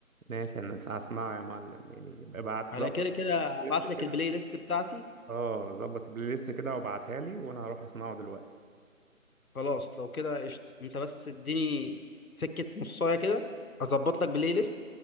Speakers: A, on the right; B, on the left.
A: ماشي انا هسمعه يا معلم يعني ابعت
B: على
A: ظبط
B: كده كده
A: البلاي
B: ابعت
A: ليست
B: لك
A: كده
B: البلاي ليست بتاعتي
A: اه ظبط البلاي ليست كده وابعتها لي وانا هروح اسمعه دلوقتي
B: خلاص لو كده قشطه انت بس اديني سكه نصايه كده اظبط لك بلاي ليست